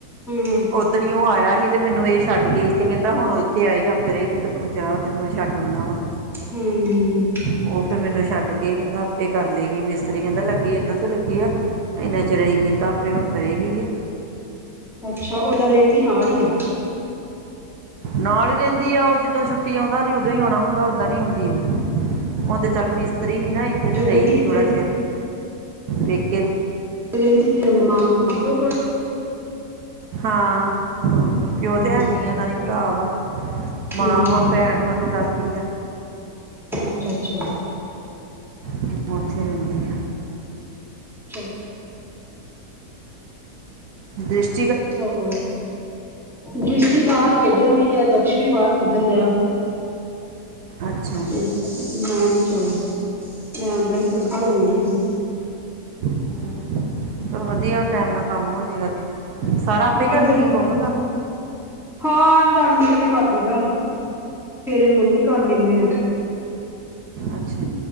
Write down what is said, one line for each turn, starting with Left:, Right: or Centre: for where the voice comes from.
Centre: ਹੂੰ,
Right: ਓਦਨੀ ਹੀ ਓਹ ਆਇਆ ਸੀ ਤੇ ਮੈਨੂੰ ਇਹ ਛੱਡਏ ਇੱਥੇ ਕਹਿੰਦਾ ਹੁਣ ਇੱਥੇ ਆਈ ਜਾ ਫਿਰ ਇਹ ਕਿਤੇ ਤੂੰ ਜਾ ਤੈਨੂੰ ਛੱਡ ਆਣਾ ਵਾ
Centre: ਹਮ-
Right: ਉਹ ਫਿਰ ਮੈਨੂੰ ਛੱਡ ਕੇ ਕਹਿੰਦਾ ਆਪੇ ਕਰ ਲਏਗੀ ਮਿਸਤਰੀ ਕਹਿੰਦਾ ਲੱਗੇ ਇਹਨਾਂ ਤਾਂ ਲੱਗੇ ਆ ਇੰਨਾ ਚਿਰ ਅਸੀਂ ਕੀਤਾ ਆਪੇ ਹੁਣ ਕਰੇਗੀ ਇਹ
Centre: ਅੱਛਾ ਉਹਦਾ ਰਹਰਿੰ ਦੀ ਨਾਲ ਹੀ ਆ
Right: ਨਾਲ ਹੀ ਰਹਿੰਦੀ ਆ ਉਹ ਜਦੋਂ ਛੁੱਟੀ ਆਉਂਦਾ ਉਹ ਉਦੋਂ ਹੀ ਆਉਣਾ ਹੁੰਦਾ ਓਦਾਂ ਨੀ ਆਉਂਦੀ ਆ ਹੁਣ ਤੇ ਚੱਲ ਮਿਸਤਰੀ ਰਹੀ ਨਾ ਇੱਥੇ
Centre: ਅੱਛਾ
Right: ਤੇ
Centre: ਰਹਿੰਦੀ
Right: ਰਈ ਸੀ ਥੋੜਾ ਚਿਰ ਇੱਕ <inaudible>
Centre: ਰੰਗੀ ਥੇ <inaudible> ਮ ਪ ਕੋ <inaudible>
Right: ਹਾਂ- ਹਾਂ ਪਿਓ
Centre: ਹੂੰ
Right: ਤੇ ਹੈਨੀ ਆ ਨਾ ਹੀ ਭਰਾ ਵਾ ਮਾਂ
Centre: ਹੂੰ
Right: ਵਾ ਭੈਣ ਵਾ ਤੇ ਦਾਦੀ ਆ
Centre: ਅੱਛਾ ਅੱਛਾ
Right: ਜਮ ਉੱਥੇ ਰਹਿੰਦੀ ਆ
Centre: ਚਲੋ-
Right: ਦੁਸ਼ਟ
Centre: ਹਾਂ ਦ੍ਰਿਸ਼ਟੀ ਬਾਹਰ ਖੇਡਣ ਦੀ ਆ ਦਕਸ਼ ਵੀ ਬਾਹਰ ਖੇਡਣ ਦੇ ਆ
Right: ਅੱਛਾ
Centre: ਤੇ ਮੈਂ ਕਿਹਾ <inaudible> <inaudible> ਮੈ ਅੰਦਰ ਤੜਕਾ ਲਉਣ ਦੀ
Right: ਹਮ ਚਲੋ ਵਧੀਆ ਟੈਮ ਨਾਲ ਕੰਮ ਹੋ ਜਾਏਗਾ ਤੇ ਸਾਰਾ ਆਪੇ
Centre: ਹਾਂ
Right: ਕਰਦੀ
Centre: ਗਰਮੀ
Right: ਆ ਕੋਮਲ ਕੰਮ
Centre: ਹਾਂ ਰਲ ਮਿਲ ਕੇ ਕਰ ਲਈਦਾ ਸਵੇਰੇ ਮੰਮੀ ਕਰ ਲੈਂਦੇ ਆ
Right: ਅੱਛਾ